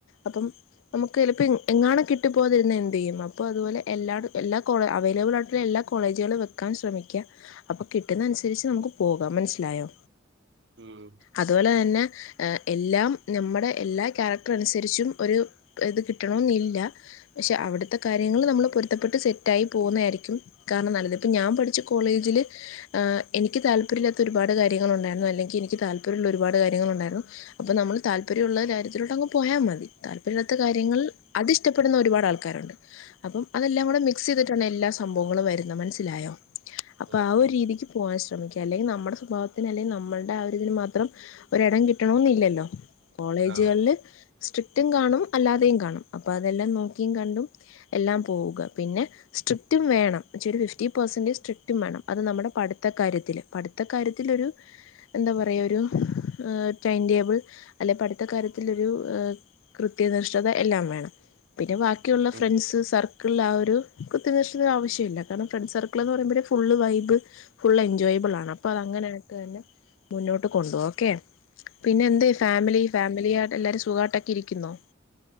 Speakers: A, on the left; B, on the right.
A: അപ്പം നമുക്ക് ചിലപ്പോൾ എങ്ങാണ് കിട്ടി പോകതിരുന്നാ എന്ത് ചെയ്യും അപ്പോൾ അതുപോലെ എല്ലാ എല്ലാ കോള അവൈലബിൾ ആയിട്ടുള്ള എല്ലാ കോളേജുകൾ വെക്കാൻ ശ്രമിക്കുക അപ്പൊ കിട്ടുന്ന അനുസരിച്ച് നമുക്ക് പോകാം മനസ്സിലായോ
B: ഉം
A: അതുപോലെ തന്നെ എല്ലാം നമ്മുടെ എല്ലാ ക്യാരക്ട അനുസരിച്ചും ഒരു ഇത് കിട്ടണെന്നില്ല പക്ഷെ അവിടുത്തെ കാര്യങ്ങള് നമ്മള് പൊരുത്തപ്പെട്ട് സെറ്റായി പോകുന്നതായിരിക്കും കാരണം നല്ലത് ഇപ്പോൾ ഞാൻ പഠിച്ച കോളേജിൽ എനിക്ക് താല്പര്യമില്ലാത്ത ഒരുപാട് കാര്യങ്ങളൾ ഉണ്ടായിരുന്നു അല്ലെങ്കിൽ എനിക്ക് താല്പര്യമുള്ള ഒരു പാട് കാര്യങ്ങളൾ ഉണ്ടായിരുന്നു അപ്പൊ നമ്മൾ താല്പര്യമുള്ളള്ള കാര്യത്തിലോട്ട് അങ്ങ് പോയാൽ മതി താല്പര്യമില്ലത്ത കാര്യങ്ങൾ അത് ഇഷ്ടപ്പെടുന്ന ഒരുപാട് ആളു ക്കാരുണ്ട് അപ്പം അതെല്ലാം കൂടെ മിക്സ് ചെയ്തിട്ടാണ് എല്ലാ സംഭവങ്ങളും വരുന്നത് മനസ്സിലായോ അപ്പൊ
B: ആഹ്
A: ആ ഒരു രീതിക്ക് പോകാൻ സ്രമി ശ്രമിക്കുക അല്ലെങ്കിൽ നമ്മുടെ സ്വഭാവത്തിന് അല്ലെങ്കിൽ നമ്മളുടെ ആ ഒരു ഇതിന് മാത്രം ഒരിടം കിട്ടണന്നില്ലല്ലോ കോളേജുകളിൽ
B: ആഹ്
A: സ്ട്രിക്റ്റും കാണും അല്ലാതെയും കാണും അപ്പം അതെല്ലാം നോക്കിയും കണ്ടും എല്ലാം പോവുക പിന്നെ സ്ട്രിക്റ്റും വേണം ഫിഫ്റ്റി പെർസെന്റേജ് സ്ട്രിക്റ്റും വേണം അത് നമ്മുടെ പടുത്ത കാര്യത്തില് പടുത്ത കാര്യത്തിലൊരു എന്താ പറയൊരു ടൈംടേബിൾ അല്ലെ പട്ത്ത കാര്യത്തിലൊരു കൃ ത്യനിഷ്ഠത എല്ലാം വേണം പിന്നെ ബാക്കിയുള്ള
B: ഉം
A: ഫ്രണ്ട്സ് സർ ക്ളാ ഒരു കുത്യനിശ്ണത്തിന്റാവിശ്യമില്ല കാര്ണം ഫ്രണ്ട്സർക്ക്ള് ന്ന് പറയുമ്പൊരു ഫുള്ള് വൈബ് ഫുള്ളെജോയ്മ് <unintelligible> അതങ്ങനായ്ത് തന്നെ മുന്നോട്ട് കൊണ്ടോ ഓക്കെ പിന്നെ എന്തേ ഫാമിലി ഫാമിലിയായ്ട്ടെല്ലാരും സുഖാട്ടൊക്കെ ഇരിക്കുന്നോ